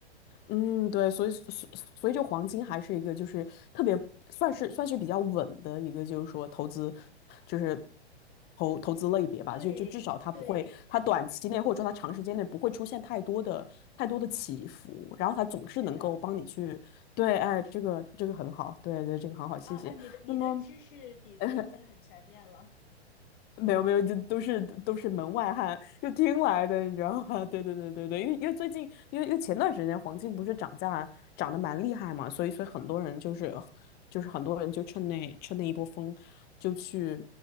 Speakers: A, on the left; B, on the left.
A: 嗯，对，所以所所以就黄金还是一个就是特别算是算是比较稳的一个，就是说投资，就是投投资类别吧，
B: 对对，
A: 就就至少它不会，它短期内或者说它长时间内不会出现太多的太多的起伏，然后它总是能够帮你去，
B: 是的，
A: 对，哎，这个这个很好，对对，这个很好，谢谢。
B: 啊啊，你的你的知识底子已经很全面了。
A: 那么 <laughs> 没有没有，就都是都是门外汉，就听来的，你知道吗？<laughs> 对对对对对，因为因为最近，因为因为前段时间黄金不是涨价涨得蛮厉害嘛，所以所以很多人就是就是很多人就趁那趁那一波风就去